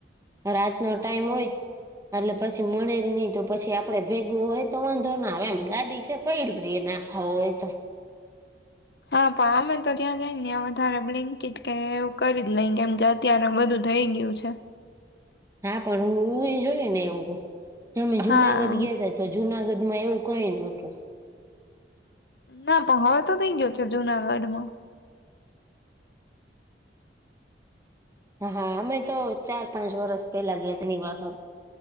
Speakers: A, on the right (about 15°); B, on the left (about 65°).
A: રાત નો ટાઈમ હોય એટલે પછી મળે જ નહીિ તો પછી આપડે ભેગું હોય તો વાંધો ના આવે એમ ગાડી છે પૈડ પ્રિય નાખાવ હોય તો
B: હા પણ અમે તો ત્યાં જઈ ને્યા વધારે બ્લિન્કટ કે એવું કરી લઈ કેમ કે અત્યારે બધું થઈ ગયું છે.
A: હા પણ હું એ જોઈ ને એવું તમે જુનાગઢ
B: હા
A: ગયાતા તો જુનાગઢ માં એવું કઈ ન હતું
B: ના પણ હવે તો થઇ ગયો છે જુનાગઢ માં
A: હા અમે તો ચાર પાંચ વરષ પેલા ગયા તેની વાર